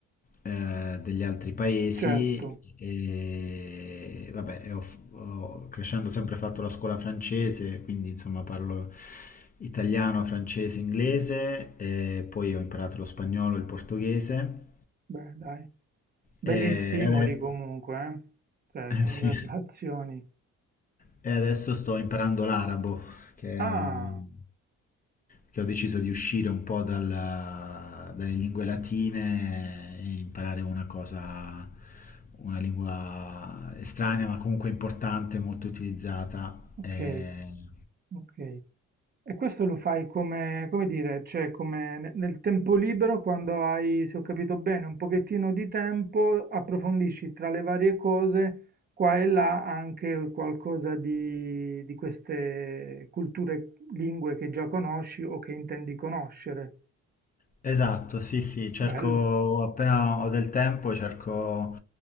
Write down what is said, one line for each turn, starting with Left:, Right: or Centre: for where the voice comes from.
Left: eh, degli altri paesi
Right: Certo,
Left: e vabbè, e ho, f- ho- crescendo ho sempre fatto la scuola francese, quindi insomma parlo italiano, francese, inglese e poi ho imparato lo spagnolo, il portoghese
Right: beh, dai, belli
Left: e
Right: stimoli
Left: adesso,
Right: comunque, eh? Cioè,
Left: <laughs>
Right: congratulazioni.
Left: eh, sì. E adesso sto imparando l'arabo, che
Right: Ah,
Left: è un- che ho deciso di uscire un po' dalla- dalle lingue latine e imparare una cosa, una lingua estranea, ma comunque importante, molto utilizzata.
Right: ok,
Left: E...
Right: ok. E questo lo fai come, come dire, cioè come ne- nel tempo libero, quando hai, se ho capito bene, un pochettino di tempo, approfondisci tra le varie cose, qua e là, anche qualcosa di, di queste culture, lingue che già conosci o che intendi conoscere.
Left: Esatto, sì, sì, cerco
Right: Bello,
Left: appena ho del tempo, cerco,